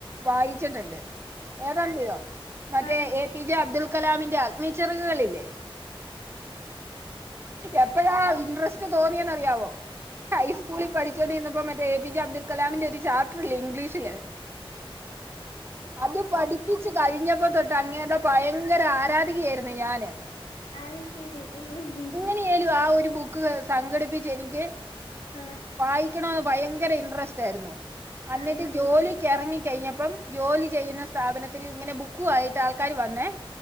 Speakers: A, on the right (about 25°); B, on the left (about 85°).
A: വായിച്ചിട്ടുണ്ട് ഏതാ അറിയോ മറ്റേ
B: ആ
A: എ പി ജെ അബ്ദുൾ കലാമിന്റെ അഗ്നി ചെറകുകളില്ലേ എപ്പഴാ ഇൻട്രസ്റ്റ് തോന്നിയേ ന്ന് അറിയാവോ ഹൈസ്കളിൽ പഠിച്ചുകോണ്ട് ഇരുന്നപ്പോ മറ്റേ എ പി ജെ അബ്ദുൽ കലാമിന്റെ ഒരു ചാപറ്റർ ഇല്ലേ ഇംഗ്ലീഷ് ന് അത് പഠിപ്പിച്ച കഴിഞ്ഞപ്പോ തൊട്ട് അങ്ങേര്ടെ ഭയങ്കര ആരാധികയായിരുന്നു ഞാന്
B: അത് ശരി ഉം
A: എങ്ങനെയേലും ആ ഒരു ബുക്ക് സംഘടിപ്പിച്ച് എനിക്ക്
B: ആ
A: വായി ക്കണന്ന് ഭയങ്കര ഇൻട്രസ്റ്റ് ആയിരുന്നു എന്നിട്ട്
B: അയ്ശരി
A: ജോലിക്ക് എറങ്ങി കഴിഞ്ഞപ്പം ജോലി ചെയ്യുന്ന സ്ഥാപനത്തില് ഇങ്ങനെ ബുക്ക് ആയിട്ട് ആൾക്കാര് വന്നേ